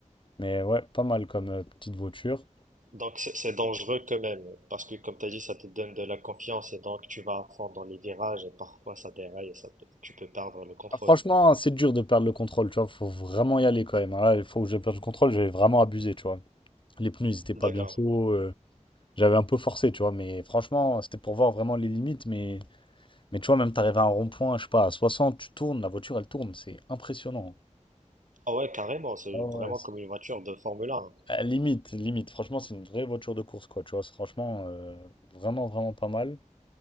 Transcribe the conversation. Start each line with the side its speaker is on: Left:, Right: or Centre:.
Left: Mais ouais, pas mal comme euh, petite voiture.
Right: Donc, c'est c'est dangereux quand même, parce que comme t'as dit, ça te donne de la confiance et donc tu vas à fond dans les virages et parfois ça déraille et ça, peut- tu peux perdre le contrôle.
Left: Ah, franchement, c'est dur de perdre le contrôle, tu vois, faut vraiment y aller quand même. hein. Là, il faut que je perde le contrôle, j'ai vraiment abusé, tu vois. Les pneus, ils étaient
Right: D'accord.
Left: pas bien chauds. euh, J'avais un peu forcé, tu vois, mais franchement, c'était pour voir vraiment les limites. Mais, mais tu vois, même t'arrives à un rond-point, je sais pas, à 60, tu tournes, la voiture, elle tourne, c'est impressionnant.
Right: Ah ouais, carrément, c'est
Left: Ah ouais,
Right: vraiment
Left: c'est-
Right: comme une voiture de Formule 1.
Left: Ah, limite, limite, franchement, c'est une vraie voiture de course, quoi, tu vois, c'est franchement, euh, vraiment, vraiment pas mal.